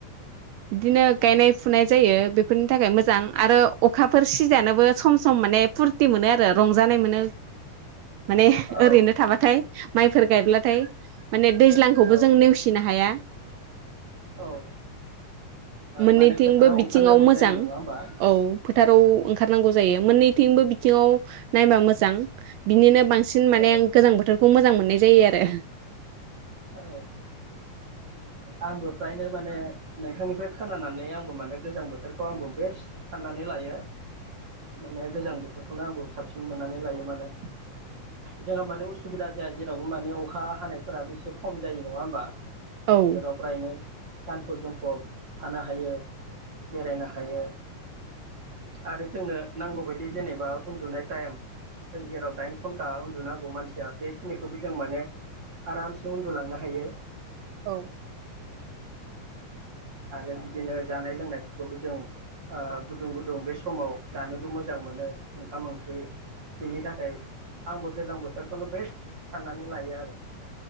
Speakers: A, on the right; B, on the right.
A: बिदिनो गायनाय फुनाय जायो बेफोरनि थाखाय मोजां आरो अक खाफोर सिजानोबो सम सम माने फुरथि मोनो आरो रंजानाय मोनो। माने
B: औ
A: ओरैनो थाबाथाय माइफोर गायब्लाथाय माने दैज्लांखौबो
B: औ
A: जों नेवसिनो हाया
B: औ।
A: मोननैथिंबो
B: माने फोथाराव
A: बिथिङाव
B: ओंखारनांगौ
A: मोजां
B: जायो नङा होमबा
A: औ फोथाराव
B: औ
A: ओंखारनांगौ। जायो मोननैथिंबो बिथिंआव नायबाय मोजां बेबिनो बांसिन
B: औ
A: माने गोजां बोथोरखौ मोजां मोननाय जायो आरो
B: औ आंबो फ्रायनो माने नोंथांनिफ्राय खोनानानै आंबो माने गोजां बोथोरखौ आंबो बेस्ट साननानै लायो माने गोजां बोथोरखौनो आंबो साबसिन मोननानै लायो माने जोंहा माने उसुबिदा जाया जेरावबो माने अखा हानायफोराबो एसे खम जायो नङा होमबा
A: औ
B: प्रायनो गानफब जोमफब थानो हायो बेरायनो हायो आरो जोंनो नांगौबायायदि जेनेबा उन्दुनाय टाइम जों जेराव दाइन घन्टा उन्दुनां- गौ मानसिया बेखिनिखौबो जों माने आरामसे उन्दुलांनो हायो
A: औ
B: आरो बिदिनो जानाय लोंनायफोरखौबो जों ओ गुदुं गुदुं बे समाव जानोबो मोजां मोनो ओंखाम ओंख्रि बेनि थाखाय आंबो गोजां बोथोरखौनो बेस्ट साननानै लायो आरो